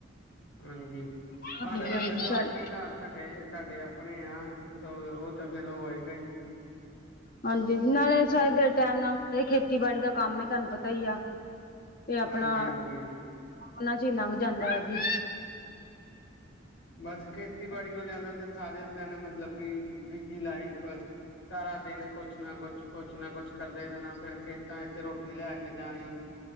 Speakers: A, on the left (about 70°); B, on the left (about 50°).
A: ਹਾਂਜੀ,
B: ਹਾਂਜੀ
A: ਆਹ ਤੇ ਫੇਰ
B: ਹਾਂਜੀ
A: ਜਦੋਂ ਆਪਨੇ
B: ਸਾਡੇ
A: ਘਰ ਸਾਡੇ ਤਾਡੇ ਆਪਨੇ ਆ, ਤੇ ਓ ਤਾਂ ਫੇਰ ਹੋਏਗਾ ਈ।
B: ਹਾਂਜੀ, ਨਾਲੇ ਸਾਰੀ ਦੇਹਾੜੀ ਟੈਮ ਨਾਲ ਖੇਤੀ-ਬਾੜੀ ਦਾ ਕੰਮ ਏ ਤਾਨੂੰ ਪਤਾ ਈ ਆ। ਤੇ
A: ਹਾਂਜੀ-ਹਾਂਜੀ-ਹਾਂਜੀ
B: ਆਪਨਾ ਉਨਾਂ ਚ ਹੀ ਨੰਗ ਜਾਂਦਾ ਆ ਜੀ।
A: ਬਸ ਖੇਤੀ-ਬਾੜੀ ਵਾਲੇਆਂ ਦਾ, ਤੇ ਸਾਰਾ ਦਿਨ ਮਤਲਬ ਕਿ ਬਿਜੀ ਲਾਈਫ ਸਾਰਾ ਦਿਨ ਕੁਛ ਨਾ ਕੁਛ ਕੁਛ ਨਾ ਕੁਛ ਕਰਦੇ ਰਹਿਨਾ, ਫੇਰ ਖੇਤਾਂ ਵਿਚ ਰੋਟੀ ਲੈ ਕੇ ਜਾਨੀ।